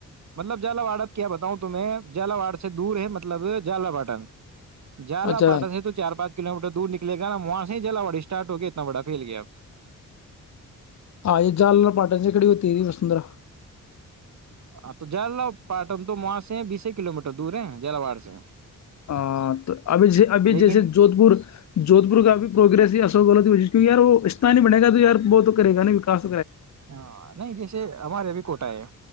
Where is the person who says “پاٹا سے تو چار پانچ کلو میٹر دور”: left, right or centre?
Right